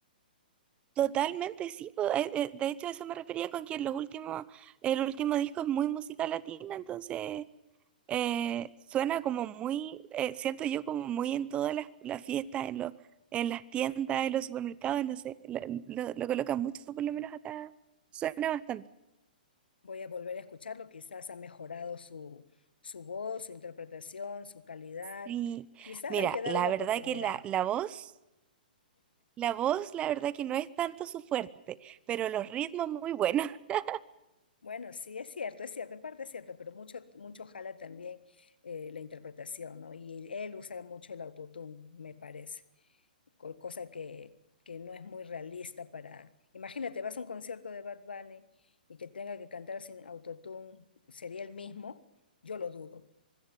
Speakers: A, on the right; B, on the left.
A: totalmente, sí. po, eh, eh, De hecho, a eso me refería con que los últimos, el último disco es muy música latina, entonces eh, suena como muy, eh, siento yo como muy en todas las, las fiestas, en los, en las tiendas, en los supermercados, no sé, lo, lo- lo colocan mucho, por lo menos acá suena bastante.
B: Voy a volver a escucharlo, quizás ha mejorado su, su voz, su interpretación, su calidad.
A: Sí,
B: Quizás
A: mira,
B: hay que darle
A: la
B: la
A: verdad
B: oportunidad.
A: que la, la voz, la voz, la verdad que no es tanto su fuerte, pero los ritmos muy buenos. <laughs>
B: Bueno, sí, es cierto, es cierto, en parte es cierto, pero mucho, mucho jala también eh, la interpretación, ¿no? Y él usa mucho el autotune, me parece, co- cosa que, que no es muy realista para... Imagínate, vas a un concierto de Bad Bunny y que tenga que cantar sin autotune, ¿sería el mismo? Yo lo dudo,